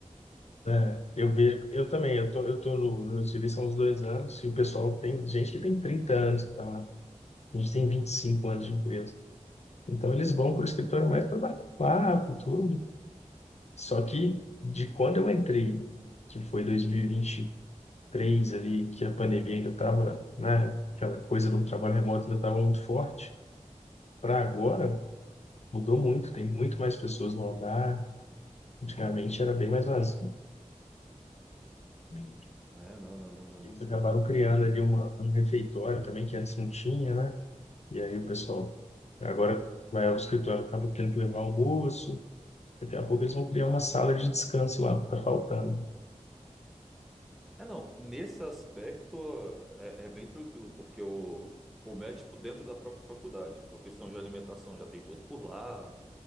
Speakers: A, on the left (about 60°); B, in the centre.
A: É, eu vejo, eu também, eu tô, eu tô no, no serviço há uns dois anos e o pessoal tem gente que tem 30 anos que tá lá. A gente tem 25 anos de empresa. Então eles vão para o escritório mais para bater papo, tudo. Só que de quando eu entrei, que foi 2021 três ali, que a pandemia ainda estava, né, aquela coisa do trabalho remoto ainda estava muito forte, para agora mudou muito, tem muito mais pessoas no hangar, antigamente era bem mais vazio. né.
B: É, não, não, não, não, não.
A: Eles acabaram criando ali uma, um refeitório também, que antes não tinha, né? E aí o pessoal agora vai ao escritório, acaba tendo que levar almoço, daqui a pouco eles vão criar uma sala de descanso lá, porque tá faltando.
B: É, não, nesse aspecto ó, é, é bem tranquilo, porque o, o MEC, tipo, dentro da própria faculdade. Então, questão de alimentação já tem tudo por lá.